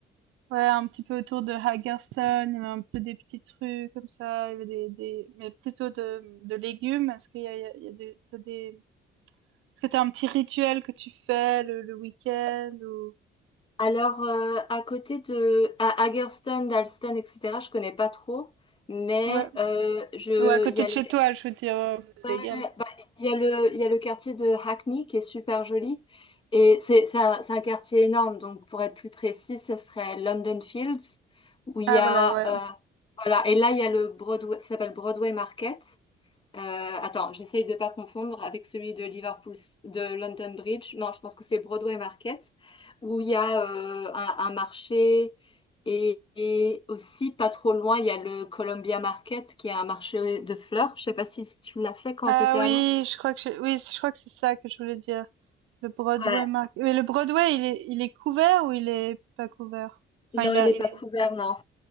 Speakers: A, on the right; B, on the left.
A: ouais, un petit peu autour de Hagerstown, il y avait un peu des petites rues comme ça, il y avait des des mais plutôt de de légumes. Est-ce qu'il y a il y a il y a des t'as des est-ce que t'as un petit rituel que tu fais le le week-end ou
B: Alors, euh, à côté de à Hagerstown, Dalston, etc., je connais pas trop, mais
A: ouais,
B: euh, je,
A: ou à côté
B: il y a
A: de
B: le
A: chez toi, je veux dire, heu, c'est
B: Ouais,
A: égal.
B: bah, il y a le, il y a le quartier de Hackney qui est super joli. Et c'est c'est un, c'est un quartier énorme. Donc, pour être plus précis, ce serait London Fields, où il
A: Ah
B: y a.
A: voilà, ouais.
B: euh, voilà. Et là, il y a le Broadway, ça s'appelle Broadway Market. Euh, attends, j'essaye de ne pas confondre avec celui de Liverpool, de London Bridge. Non, je pense que c'est Broadway Market, où il y a euh, un, un marché et, et aussi pas trop loin, il y a le Columbia Market, qui est un marché de fleurs. Je sais pas si tu l'as fait quand
A: Ah
B: tu étais à
A: oui,
B: Londres.
A: je crois que je oui, je crois que c'est ça que je voulais dire. Le Broadway
B: Ouais.
A: marque mais le Broadway, il est il est couvert ou il est pas couvert? Enfin,
B: Non,
A: il
B: il
A: a
B: est
A: il
B: pas
A: est
B: couvert, non.